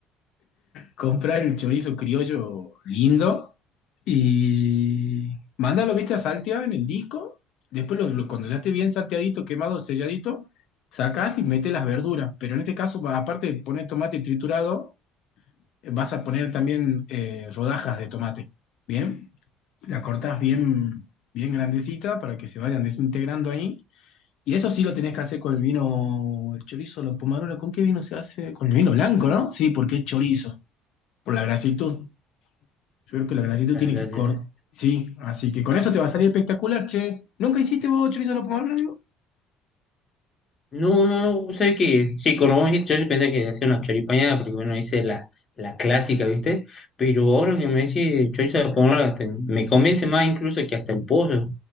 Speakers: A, on the left (about 65°); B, on the left (about 30°).
A: comprar el chorizo criollo lindo y mándalo, viste, a saltear en el disco. Después, los lo- cuando ya esté bien salteadito, quemado, selladito, sacás y metes las verduras. Pero en este caso, va- aparte de poner tomate triturado, eh, vas a poner también eh, rodajas de tomate. ¿Bien? La cortás bien, bien grandecita para que se vayan desintegrando ahí. Y eso sí lo tenés que hacer con el vino, el chorizo, la pomarola. ¿Con qué vino se hace? Con el vino blanco, ¿no? Sí, porque es chorizo, por la grasitud. Yo creo que la grasitud
B: La-
A: tiene
B: la-
A: que
B: la-
A: cortar. Sí, así que con eso te va a salir espectacular, che. ¿Nunca hiciste vos chorizo a la pomarrola, amigo?
B: No, no, no. O sea que, sí, cuando vos me dijiste, yo sí pensé que hacía una choripañada, porque bueno, hice la, la clásica, ¿viste? Pero ahora que me decís chorizo a la pomodoro, hasta me convence más incluso que hasta el pollo,